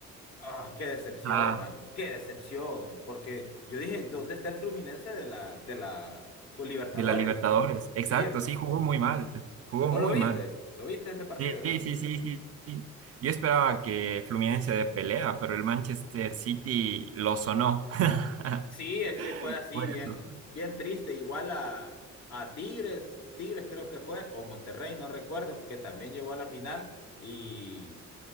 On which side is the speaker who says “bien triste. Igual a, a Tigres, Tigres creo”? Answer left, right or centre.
Left